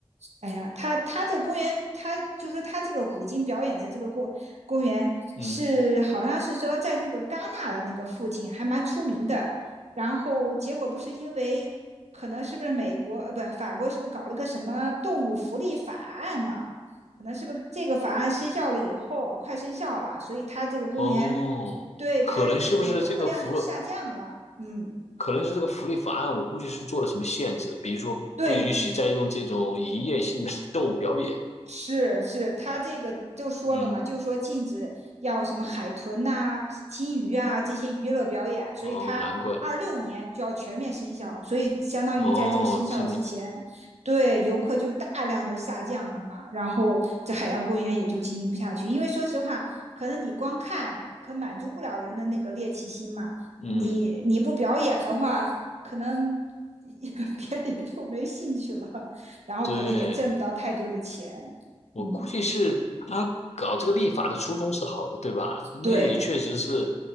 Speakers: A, on the right (about 80°); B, on the left (about 80°).
A: 哎呀，他他这个公园，他就说他这个虎鲸表演的这个公公园是好像是说在那个戛纳的那个附近，
B: 嗯，
A: 还蛮出名的。然后结果不是因为可能是不是美国呃不法国是不是搞了个什么动物福利法案嘛？可能是不是这个法案生效了以后快生效了，所以他这个公园
B: 哦。
A: 对他的那个游客量就下降了。
B: 可能是不是这个福？
A: 嗯，
B: 可能是这个福利法案，我估计是做了什么限制，比如说不允许再用这种营业性的
A: 对，
B: <laughs> 动物表演。
A: 是是，他这个就说了嘛，
B: 嗯，
A: 就说禁止要什么海豚呐、金鱼啊这些娱乐表演，所以他二六年就要全面生效，
B: 哦，难怪，
A: 所以相当于在这个生效之前，
B: 哦，今年，
A: 对游客就大量的下降了嘛，然后这海洋公园也就经营不下去，因为说实话，可能你光看可满足不了人的那个猎奇心嘛，
B: 嗯，
A: 你你不表演的话，可能 <laughs> 别人也就没兴趣了，然后可能也挣不到太多的钱。
B: 对，我估计是他搞这个立法的初衷是好的，
A: 嗯，
B: 对吧？
A: 对，
B: 那也确实是，